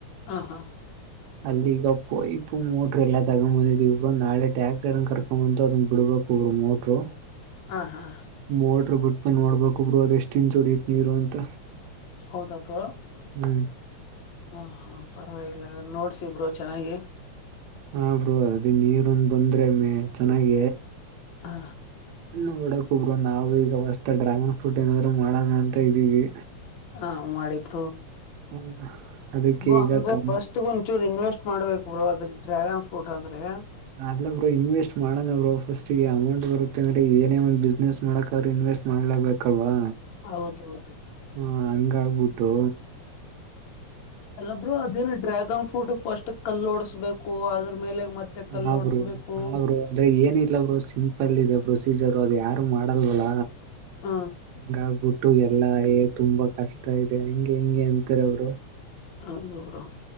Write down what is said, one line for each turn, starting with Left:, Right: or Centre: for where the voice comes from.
Left: ಹ ಹಾ
Right: ಅಲ್ಲಿಗ ಪೈಪ್ ಮೋಟ್ರ ಎಲ್ಲ ತಗೊಂಡ್ ಬಂದಿದೀವ ನಾಳೆ ಟ್ಯಾಕ್ಟರ್ ಕರ್ಕೊಂಡೊ ಬ ಅದ ಬಿಡ್ಬ ಮೋಟ್ರೋ
Left: ಹ ಹ ಹ
Right: ಮೋಟ್ರ ಬಿಟ್ ನೋಡ್ಬೇಕಕ್ೊಬ್ರು ಅದ ಎಷ್ಟ ಇನ್ ಚಡತ್ ನೀರು ಅಂತ
Left: ಹೌದಾಪ
Right: ಹ್ಮ್
Left: ಹ ಹಾ ಪರವಾಗಿಲ್ಲ ನೋಡ್ಸಿಬ್ರು ಚೆನ್ನಾಗಿ
Right: ಹ ಬ್ರರು ಅದೇ ನೀರಂದ ಬಂದ್ರೆ ಮೇ ಚೆನ್ನಾಗ
Left: ಹಾ
Right: ನೋಡಕ್ೊಬ್ರು ನಾವು ಈಗ ಹೊಸ್ತ ಡ್ರ್ಯಾಗನ್ ಫ್ರೂಟ್ ಏನಾದ್ರು ಮಾಡೋಣ ಅಂತ ಇದೀವಿ
Left: ಹಾ ಮಾಡಿಬರು
Right: ಹ್ಮ ಅದಕ್ಕೆ
Left: ಅಂದ್ರೆ
Right: ಈಗ ಕಂಬ
Left: ಫಸ್ಟ್ ಒಂಚೂರು ಇನ್ವೆ ಎಷ್ಟ್ ಮಾಡ್ಬೇಕು ಬ್ರೋ ಅದಕ್ ಡ್ರ್ಯಾಗನ್ ಫ್ರೂಟ್ ಆದ್ರೆ
Right: ನಲ್ಲಬ್ರು ಇನ್ವೆಸ್ಟ್ ಮಾಡೋಣಬ್ರು ಫಸ್ಟ್ ಅಮೌಂಟ್ ಬರುತ್ತೆ ಅ್ರೆ ಏನೇ ಒಂದ ಬಿಸ್ನೆಸ್ ಮಾಡಕ್ರು ಇನ್ವೆಟ್ ಷ್ಟ ಮಾಡ್ಲಬೇಕಲ್ವಾ
Left: ಹೌದೌದು
Right: ಹ ಹಂಗ ಆಗ್ಬಿಟ್ಟು
Left: ಎಲ್ಲಬ್್ರರು ಅದೇನು ಡ್ರ್ಯಾಗನ್ ಫ್ರೂಟ್ ಫಸ್ಟ್ ಕಲ್ಲೋಡ್ಸ್ಬೇಕು ಅದ್ರ ಮೇಲೆ ಮತ್ತೆ ಕಲ್ಲು
Right: ಹರು
Left: ಓಡಿಸ್ಬೇಕು
Right: ಆದರು ಅಂದ್ರೆ ಏನ ಇಲ್ಲಬ್ರು ಸಿಂಪಲ್ ಇದೆ ಪ್ರೊಸೀಜರು ಅದು ಯಾರ ಮಾಡಲ್ವಲ
Left: ಹ
Right: ಹಬ ಎಲ್ಲಾ ತುಂಬಾ ಕಷ್ಟ ಇದೆ ಹಂಗೆ ಹಿಂಗೆ ಅಂತಾರ ಅವರು
Left: ಅದ ನೂರಾ